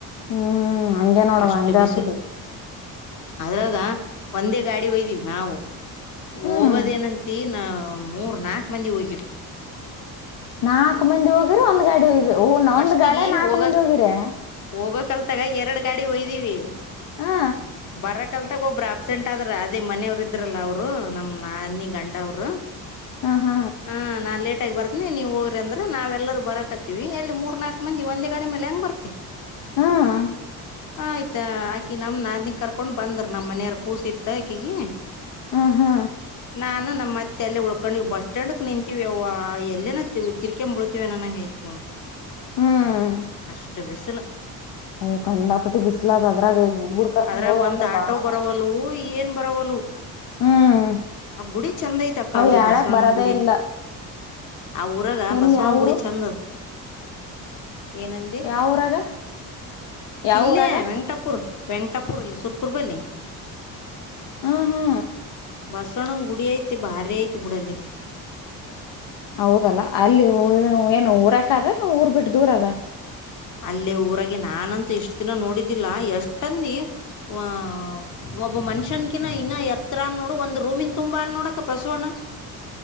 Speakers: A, on the left (about 80°); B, on the left (about 55°).
A: ಹ್ಮ್ ಹಂಗೆ ನೋಡುವ
B: ಅಷ್ಟು
A: ಹಂಗ
B: ಬಿಸಿಲ್
A: ಆತದು
B: ಅದ್ರಾಗ ಒಂದೇ ಗಾಡಿ ವಯ್ದೀವಿ ನಾವು
A: ಹ್ಮ್
B: ಹೋಗೋದೇನಂತಿ ನಾ ಮೂರ್ ನಾಕ್ ಮಂದಿ ಹೋಗಿವ್
A: ನಾಕ್ ಮಂದಿ ಹೋಗಿರು ಒಂದ್ ಗಾಡಿ ವೈದಿ ಒನ್
B: ಫಸ್ಟಿಗೆ
A: ಒಂದ್ ಗಾಡ್ಯಗ ನಾಕ್
B: ಹೋಗಕ್
A: ಮಂದಿ ಹೋಗಿರ್ಯ
B: ಹೋಗೋ ಕಲ್ತಗ ಎರಡು ಗಾಡಿ ವಯ್ದೀವಿ
A: ಹ
B: ಬರಕಲ್ ತಾಗ ಒಬ್ರಾ ಅಬ್ಸೆಂಟ್ ಆದ್ರ ಅದೇ ಮನೆಯವರು ಇದ್ರಲ್ಲ ಅವ್ರು ನಮ್ ನಾದನಿ ಗಂಡ ಅವ್ರು
A: ಅ ಹಾ
B: ಹಾ ನಾನ್ ಲೇಟ ಆಗಿ ಬರ್ತೀನಿ ನೀವು ಹೋಗ್ರಿ ಅಂದ್ರ ನಾವೆಲ್ಲರು ಬರಕತ್ತೀವಿ ಎಲ್ಲಿ ಮೂರ್ ನಾಕ್ ಮಂದಿ ಒಂದೇ ಗಾಡಿ ಮೇಲ್ ಹೆಂಗ್ ಬರ್ತಿ
A: ಹ್ಮ್
B: ಆಯ್ತಾ ಅಕಿ ನಮ್ ನಾದಿನಿಗ್ ಕರ್ಕೊಂಡ್ ಬಂದ್ರ ನಮ್ಮ ಮನೆಯಾರ್ ಕೂಸಿತ್ ಆಕಿಗಿ
A: ಆ ಹಾ
B: ನಾನು ನಮ್ಮ ಅತ್ತೆ ಅಲ್ಲೇ ಉಳ್ಕೊಂದ್ವಿ ಬಸ್ ಕಂಡಕ್ ನಿಂತೀವ ಯವ್ವ ಎಲ್ಲೇನ ತಿರ್ಕಂಬೀಳತಿವ್ ಎನ್ ಅನಂಗ್ ಆಗಿತ್ತು ನೋಡ್
A: ಹ್ಮ್
B: ಅಷ್ಟು ಬಿಸಲ.
A: ಅವು ಕಂಡಾಪಟ್ಟಿ ಬಿಸ್ಲದ ಅದ್ರಾಗ ಹುಡ್ಗುರ್ ಕರ್ಕೊಂಡ್
B: ಅದ್ರಾಗ
A: ಹೋದ್ರಂತ್ರ
B: ಒಂದ ಆಟೋ
A: ಬಾಳ
B: ಬರವಲ್ಲು ಏನ ಬರವಲ್ಲು.
A: ಹ್ಮ್
B: ಆ ಗುಡಿ ಚಂದ ಐತ ಅಕ್ಕ
A: ಅವು
B: ಅಲ್ಲಿ
A: ಯಾಳಕ್
B: ಬಸವಣ್ಣನ.
A: ಬರದೇ ಇಲ್ಲ
B: ಆ ಊರಗ
A: ಎಲ್ಲಿ
B: ಬಸವಣಗುಡಿ
A: ಯಾವರು
B: ಚೆಂದದ. ಏನಂದಿ
A: ಯಾವಊರಾಗ
B: ಕಿಲ್ಲೇ
A: ಯಾವಊರಾಗ
B: ವೆಂಕಟಪುರ. ವೆಂಕಾಟಪುರ ಇಲ್ಲ ಸುರಪುರ ಬಲ್ಲಿ.
A: ಹ್ಮ ಹಾ
B: ಬಸವಣ್ಣನ ಗುಡಿ ಐತಿ ಭಾರಿ ಐತಿ ಬಿಡಲ್ಲಿ.
A: ಹೌದಲ್ಲ ಅಲ್ಲಿ ಏನು ಊರಾಕದ ಎನ್ ಊರ್ ಬಿಟ್ಟು ದೂರ ಅದ.
B: ಅಲ್ಲೇ ಊರಾಗೆ ನಾನಂತೂ ಎಷ್ಟ ದಿನ ನೋಡಿದ್ದಿಲ್ಲ ಎಷ್ಟಂದಿ ವ ಒಬ್ಬ ಮನುಷ್ಯನ್ಕಿನ ಇನ್ನ ಎತ್ರ ಹಾನ್ ನೋಡು ಒಂದ ರೂಮಿನ ತುಂಬಾ ಆನ್ ನೋಡ ಅಕ್ಕ ಬಸವಣ್ಣ.